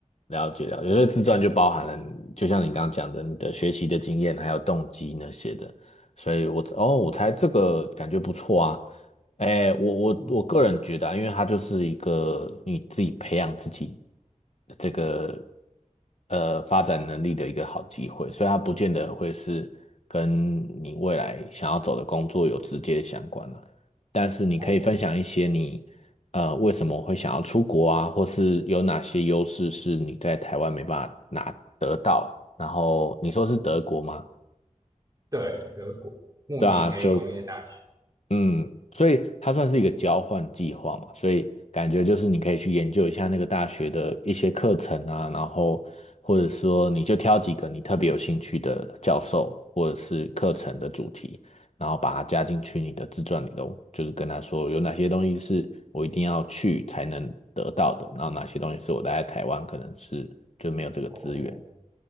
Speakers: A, on the left; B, on the right.
A: 了解了解有些自传就包含了，就像你刚刚讲的，你的学习的经验还有动机那些的，所以我哦，我猜这个感觉不错啊。
B: 对，
A: 哎，我我我个人觉得啊，
B: 嗯，
A: 因为它就是一个你自己培养自己这个呃发展能力的一个好机会，所以它不见得会是跟你未来想要走的工作有直接相关啊。但是你可以分享一些你呃为什么会想要出国啊，
B: 哦，
A: 或是有哪些优势是你在台湾没办法拿得到。然后你说是德国吗？
B: 对，德国慕尼黑工业大学，
A: 对啊，就嗯，所以它算是一个交换计划嘛，所以感觉就是你可以去研究一下那个大学的一些课程啊，然后或者说你就挑几个你特别有兴趣的教授或者是课程的主题，然后把它加进去你的自传里头，就是跟他说有哪些东西是我一定要去才能得到的，然后哪些东西是我待在台湾可能是就没有这个资源。
B: 哦，